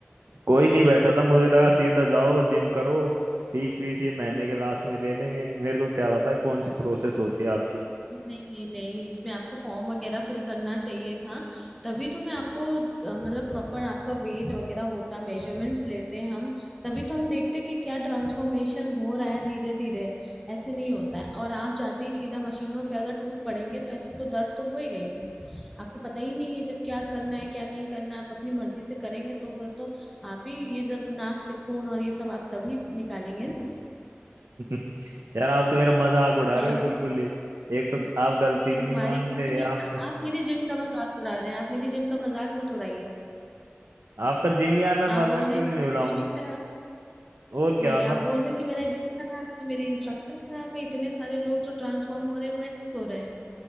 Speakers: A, on the right (about 80°); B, in the centre.
A: कोई नहीं बैठा था मुझे लगा सीधा जाओ जिम करो फीस फीस ये महीने के लास्ट में ले लेंगे मेरे को क्या पता कौन सी प्रोसेस होती है आपकी
B: नहीं नहीं नहीं इसमें आपको फॉर्म वगैरह फिल करना चाहिए था तभी तो मैं आपको अ, मतलब प्रॉपर आपका वेट वगैरह होता मेजरमेंट्स लेते हैं हम तभी तो हम देखते कि क्या ट्रांसफॉर्मेशन हो रहा है धीरे धीरे ऐसे नहीं होता है और आप जाते ही सीधा मशीनों पे अगर टूट पड़ेंगे तो ऐसे तो दर्द तो होएगा ही फिर आपको पता ही नहीं है जब क्या करना है क्या नहीं करना है आप अपनी मर्जी से करेंगे तो फिर तो आप ही ये जब नाक से खून और ये सब आप तभी निकालेंगे ना
A: <laughs> यार आप तो मेरा मजाक उड़ा
B: ये
A: रहे हो
B: आप
A: बिल्कुल ही एक तो आप गलती
B: ये
A: भी नहीं
B: हमारी
A: मान
B: गलती
A: रहे
B: नहीं
A: आपका
B: है आप मेरे जिम का मजाक उड़ा रहे हैं आप मेरी जिम का मजाक मत उड़ाइए
A: आपका जिम यार मैं
B: आप
A: मजाक
B: बोल रहे
A: क्यों
B: हैं
A: नहीं
B: कि मेरा
A: उड़ाऊं
B: जिम ही खराब
A: और
B: नहीं
A: क्या
B: आप बोल रहे हैं कि मेरा जिम खराब है मेरे इंस्ट्रक्टर खराब है इतने सारे लोग जो ट्रांसफॉर्म हो रहे हैं वो ऐसे हो रहे हैं